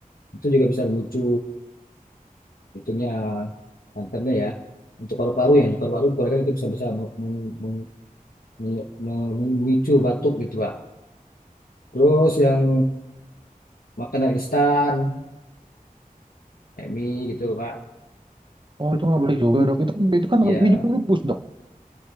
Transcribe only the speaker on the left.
Itu juga bisa memicu itunya kankernya ya. Untuk paru-paru yang di paru-paru gorengan itu bisa bisa meng- meng- meng- meng- mem- memicu batuk gitu Pak. Terus yang makanan instan, kayak mie gitu Pak.
Hmm,
Ya,